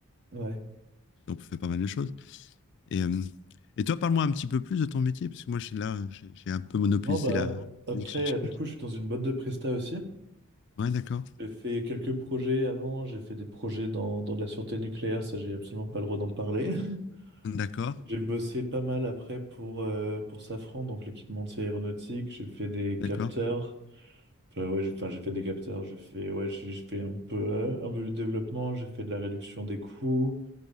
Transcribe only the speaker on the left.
On fait pas mal de choses. Et, euh, et toi, parle-moi un petit peu plus de ton métier, parce que moi, je suis là, j'ai j'ai un peu monopolisé
la
la discussion.
Ouais, d'accord,
d'accord,
d'accord,